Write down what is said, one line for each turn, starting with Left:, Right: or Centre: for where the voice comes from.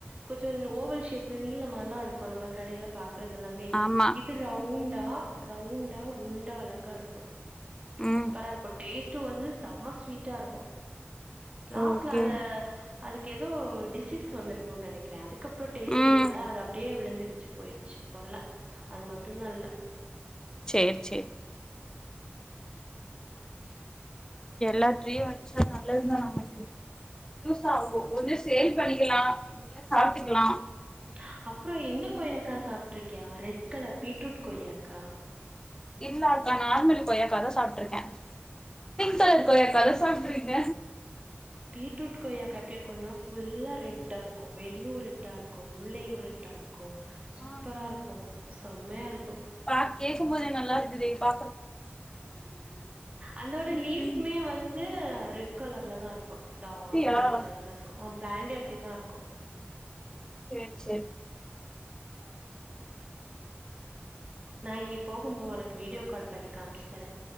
Right: கொஞ்ச ஓ வல் ஷேப்ல நீலமாலா இருக்கு நம்ம கடைல பாக்கறது எல்லாமே
Left: ஆமா
Right: இது ரவுண் டா ரவுண்டா குண்டா அழகா இருக்கு
Left: ம்
Right: சூப்பரா இருக்கு டேஸ் டு வந்து செம்ம ஸ்வீட்டாருக்கு லாஸ்ட்ல
Left: ஓகே
Right: அத அதுக்கு ஏதோ டிசீஸ் வந்திருக்குன்னு நெனைக்கிறே அதுக்கப்புற டேஸ்ட்
Left: ம்
Right: இல்ல அது அப்டியேவிழுந்து டிச்சு போய்டிச்சு இப்ப இல்லஅது மட்டுந்தா இல்ல
Left: சேர் சேர்
Right: <inaudible>
Left: எல்லா ட்டிரியு வச்சா நல்லதுதா நமக்கு யூஸ் ஆகும் ஓரு சேல் பண்ணிக்கலா சாப்ட்டுக்கலா
Right: உம் அப்புற இந்த கொய்யாக்கா சாப் ட்ருக்யா ரெட் கலர் பீட்ரூட் கொய்யாக்கா
Left: இல்ல அக்கா நார்மல் கொய்யாக்காதா சாப்ட்ருக்கே பிங் கலர் கொய்யாக்கா அத சாப்டுருக்க
Right: பீட்ரூட் கொய்யாக்கா எப்டி இருக்குனா ஃபுல்லா ரெட்டாருக்கு வெளியு ரெட்டா இருக்கு உள்ளேயு ரெட்டாருக்கு சூப்பரா
Left: ஆ
Right: இருக்கு செம்மயா இருக்கு
Left: பா கேக்கும்போதே நல்லாருக்குதே பா
Right: அந்தோட
Left: ம்
Right: லீஃப்மே வந்து ரெட் கலர்லதாருக்கு டார்க்
Left: அப்டியா
Right: ரெட் கலர்லருக்கு அ ப்ளாண்டே அப்டித்தாருக்கு
Left: சேர் சேர்
Right: நா இன்னி போகும்போ ஒனக்கு வீடியோ கால் பண்ணி காம்ச்சி தரே